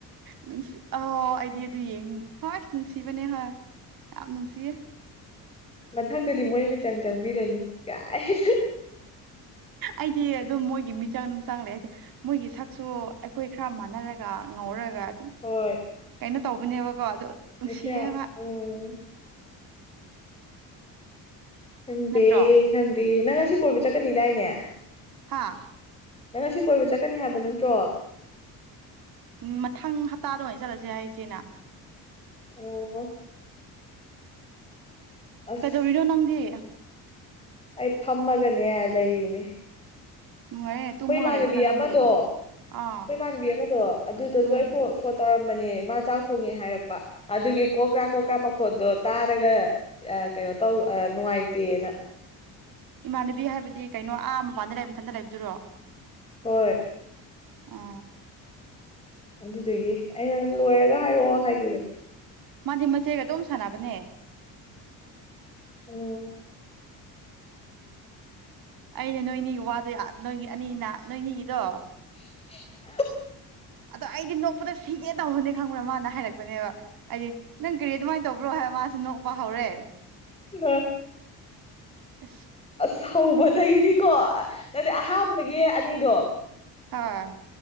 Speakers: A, on the right; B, on the left.
A: ꯅꯨꯡꯁꯤ ꯑ ꯑꯩꯗꯤ ꯑꯗꯨ ꯌꯦꯡꯉꯤ ꯍꯣꯏ ꯅꯨꯡꯁꯤꯕꯅꯦ ꯍꯣꯏ ꯌꯥꯝꯞ ꯅꯨꯡꯁꯤꯌꯦ
B: ꯃꯊꯪꯗꯨꯗꯤ ꯃꯣꯏ ꯃꯤꯆꯪ ꯆꯪꯕꯤꯔꯅꯤ ꯀꯥꯏ
A: ꯑꯩꯗꯤ ꯑꯗꯨꯝ ꯃꯣꯏꯒꯤ ꯃꯤꯆꯪ ꯑꯗꯨꯝ ꯆꯪꯂꯛꯑꯦ ꯍꯥꯏꯗꯤ ꯃꯣꯏꯒꯤ ꯁꯛꯁꯨ ꯑꯩꯈꯣꯏ ꯈꯔ ꯃꯥꯟꯅꯔꯒ ꯉꯧꯔꯒ ꯑꯗꯨꯝ
B: ꯍꯣꯏ
A: ꯀꯩꯅꯣ ꯇꯧꯕꯅꯦꯕꯀꯣ ꯑ ꯅꯨꯡꯁꯤꯌꯦꯕ
B: ꯑꯦꯁꯤꯌꯥ ꯎꯝ ꯈꯪꯗꯦ
A: ꯅꯠꯇ꯭ꯔꯣ
B: ꯈꯪꯗꯦ ꯅꯪ ꯉꯁꯤ ꯀꯣꯏꯕ ꯆꯠꯀꯅꯤꯗꯥꯏꯅꯦ
A: ꯍꯥꯥ
B: ꯅꯪ ꯑꯁꯤ ꯀꯣꯏꯕ ꯆꯠꯀꯅꯤ ꯍꯥꯏꯕ ꯅꯠꯇ꯭ꯔꯣ
A: ꯎꯝ ꯃꯊꯪ ꯍꯞꯇꯥꯗ ꯑꯣꯏꯅ ꯆꯠꯂꯁꯦ ꯍꯥꯏꯆꯦꯅ
B: ꯑꯣ ꯑꯁ
A: ꯀꯩꯗꯧꯔꯤꯅꯣ ꯅꯪꯗꯤ
B: ꯑꯩ ꯐꯝꯃꯒꯅꯦ ꯂꯩꯔꯤꯅꯦ
A: ꯅꯨꯡꯉꯥꯏꯔꯦ
B: ꯑꯩꯈꯣꯏ
A: ꯇꯨꯝꯃꯒ
B: ꯏꯃꯥꯟꯅꯕꯤ
A: ꯂꯩꯌꯣꯅ ꯅꯪꯗꯤ
B: ꯑꯃꯗꯣ ꯑꯩꯈꯣꯏ
A: ꯑꯥ
B: ꯏꯃꯥꯟꯅꯕꯤ ꯑꯃꯗꯣ ꯑꯗꯨꯗꯁꯨ
A: ꯎꯝ
B: ꯑꯩ ꯐꯣꯟ ꯇꯧꯔ ꯅꯦ ꯃꯥ ꯆꯥꯛ ꯊꯣꯡꯉꯦ ꯍꯥꯏꯔꯛꯄ ꯑꯗꯨꯒꯤ ꯀꯣꯀ꯭ꯔꯥ ꯀꯣꯀ꯭ꯔꯥ ꯃꯈꯣꯟꯗꯣ ꯇꯥꯔꯒ ꯀꯩꯅꯣ ꯇꯧ ꯅꯨꯡꯉꯥꯏꯇꯦꯅ
A: ꯏꯃꯥꯟꯅꯕꯤ ꯍꯥꯏꯕꯗꯤ ꯀꯩꯅꯣ ꯑꯥ ꯃꯄꯥꯟꯗ ꯂꯩ ꯃꯊꯟꯇ ꯂꯩꯕꯗꯨꯔꯣ
B: ꯍꯣꯏ
A: ꯑ
B: ꯑꯗꯨꯗꯨꯒꯤ ꯑꯩꯅ ꯂꯣꯏꯔꯒ ꯍꯥꯏꯔꯛꯑꯣ ꯍꯥꯏꯈꯤꯕꯅꯤ
A: ꯃꯥꯗꯤ ꯃꯆꯦꯒ ꯑꯗꯨꯝ ꯁꯥꯟꯅꯕꯅꯦ
B: ꯎꯝ
A: ꯑꯅꯦ ꯅꯣꯏꯅꯤꯒꯤ ꯋꯥꯗꯣ ꯅꯣꯏꯒꯤ ꯑꯅꯤꯅ ꯅꯣꯏꯅꯤꯒꯤꯗꯣ
B: <unintelligible>
A: ꯑꯗꯣ ꯑꯩꯗꯤ ꯅꯣꯛꯄꯗ ꯁꯤꯒꯦ ꯇꯧꯧꯕꯅꯦ ꯈꯪꯕ꯭ꯔꯥ ꯃꯥꯅ ꯍꯥꯏꯔꯛꯦ ꯄꯅꯦꯕ ꯍꯥꯏꯗꯤ ꯅꯪ ꯀꯔꯤ ꯑꯗꯨꯃꯥꯏꯅ ꯇꯧꯕ꯭ꯔꯣ ꯍꯥꯏꯕ ꯃꯥꯁꯨ ꯅꯣꯛꯄ ꯍꯧꯔꯦ
B: ꯑ
A: ꯑ
B: ꯑꯁ ꯍꯧꯕꯗꯒꯤꯗꯤꯀꯣ ꯅꯠꯇꯗꯤ ꯑꯍꯥꯟꯕꯒꯤ ꯑꯅꯤꯗꯣ
A: ꯍꯥꯥ